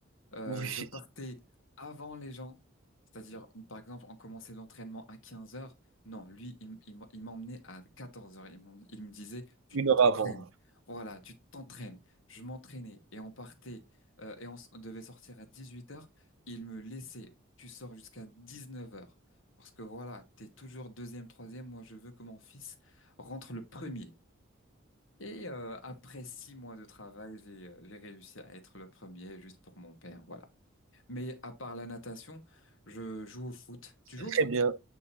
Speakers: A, on the left; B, on the right.
A: Euh,
B: Oui,
A: je partais avant les gens, c'est-à-dire, par exemple, on commençait l'entraînement à 15 heures. Non, lui, il, m- il m- il m'emmenait à 14 heures. Il, m'en- il me disait, tu
B: une heure
A: t'entraînes.
B: avant.
A: Voilà, tu t'entraînes. Je m'entraînais et on partait euh, et on, s- on devait sortir à 18 heures. Il me laissait, tu sors jusqu'à 19 heures. Parce que voilà, t'es toujours deuxième, troisième. Moi, je veux que mon fils rentre le premier. Et euh, après six mois de travail, j'ai euh, j'ai réussi à être le premier juste pour mon père. Voilà. Mais à part la natation, je joue au foot.
B: C'est
A: Tu joues
B: très
A: au foot?
B: bien.